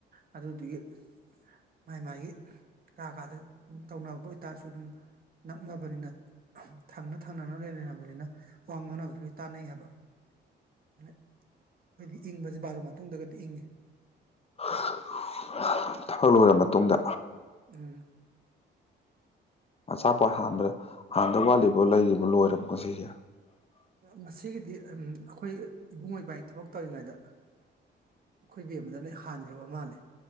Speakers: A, on the right (about 50°); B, on the left (about 30°).
A: ꯑꯗꯨꯗꯨꯒꯤ ꯃꯥꯏ ꯃꯥꯥꯏꯒꯤ ꯀꯥ ꯀꯥꯗ ꯇꯧꯅꯕ ꯑꯣꯏꯇꯥꯔꯁꯨ ꯑꯗꯨꯝ ꯅꯛꯅꯕꯅꯤꯅ ꯑꯍꯝ ꯊꯪꯅ ꯊꯪꯅꯅ ꯂꯩ ꯂꯩꯅꯕꯅꯤꯅ ꯋꯥ ꯉꯥꯡꯅꯕꯗ ꯂꯣꯏ ꯇꯥꯟꯅꯩ ꯍꯥꯏꯕ ꯑꯗꯨꯅ ꯑꯩꯈꯣꯏꯗꯤ ꯏꯪꯕꯁꯦ ꯕꯥꯔꯣ ꯃꯇꯨꯡꯗꯒꯗꯤ ꯏꯪꯉꯤ
B: ꯍ ꯊꯕꯛ ꯂꯣꯏꯔꯕ ꯃꯇꯨꯡꯗ
A: ꯎꯝ
B: ꯑꯆꯥꯄꯣꯠ ꯍꯥꯟꯕꯗ ꯍꯥꯟꯗꯧ ꯋꯥꯠꯂꯤꯕꯣ ꯂꯩꯔꯤꯕꯣ ꯂꯣꯏꯔꯕꯣ ꯉꯁꯤꯒꯤ
A: ꯉꯁꯤꯒꯤꯗꯤ ꯐꯝ ꯑꯩꯈꯣꯏ ꯏꯕꯨꯡꯉꯣ ꯏꯕꯥꯅꯤ ꯊꯕꯛ ꯇꯧꯔꯤꯉꯥꯏꯗ ꯑꯩꯈꯣꯏ ꯕꯦꯝꯃꯗ ꯂꯩ ꯍꯥꯟꯒ꯭ꯔꯕ ꯃꯥꯜꯂꯦ